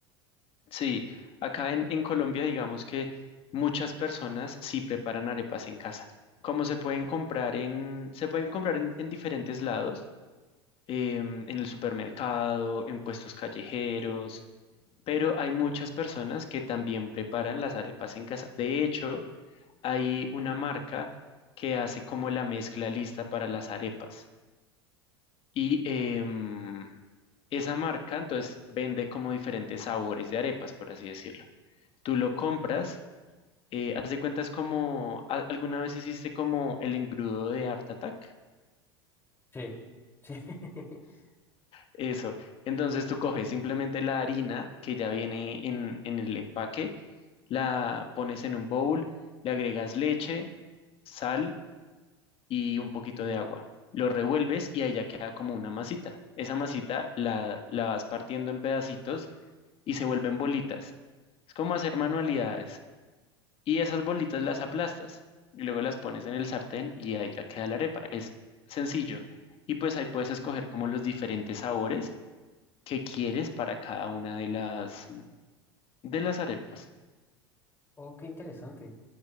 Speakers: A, on the left; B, on the left.
A: Sí, acá en, en Colombia digamos que muchas personas sí preparan arepas en casa. Como se pueden comprar en, se pueden comprar en, en diferentes lados, em, en el supermercado, en puestos callejeros, pero hay muchas personas que también preparan las arepas en casa. De hecho, hay una marca que hace como la mezcla lista para las arepas. Y em, esa marca entonces vende como diferentes sabores de arepas, por así decirlo. Tú lo compras Eh, haz de cuenta es como, a- ¿alguna vez hiciste como el engrudo de Art Attack?
B: Sí, sí. <laughs>
A: Eso. Entonces tú coges simplemente la harina que ya viene en, en el empaque, la pones en un bowl, le agregas leche, sal y un poquito de agua. Lo revuelves y ahí ya queda como una masita. Esa masita la, la vas partiendo en pedacitos y se vuelven bolitas. Es como hacer manualidades. y esas bolitas las aplastas y luego las pones en el sartén y ahí ya queda la arepa. Es sencillo. Y pues ahí puedes escoger como los diferentes sabores que quieres para cada una de las de las arepas.
B: Oh, qué interesante.